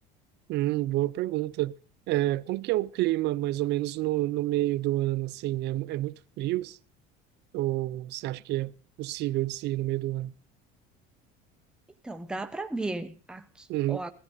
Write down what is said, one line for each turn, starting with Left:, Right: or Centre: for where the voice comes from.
Right: Hum, boa pergunta. É, como que é o clima, mais ou menos, no, no meio do ano, assim? É, mu- é muito frio? Ou você acha que é possível de se ir no meio do ano?
Centre: Então, dá para ver aqui.
Right: Uhum,
Centre: Ó,